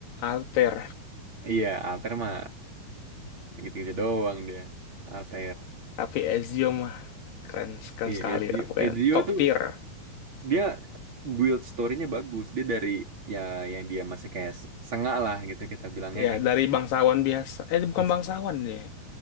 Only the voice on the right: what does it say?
Iya, Alter mah gitu-gitu doang dia. Alter.
Iya,
Ezio,
Ezio
tuh
dia build story-nya bagus. Dia dari ya yang dia masih kayak s- sengak lah gitu kita bilangnya
kan.
Mas-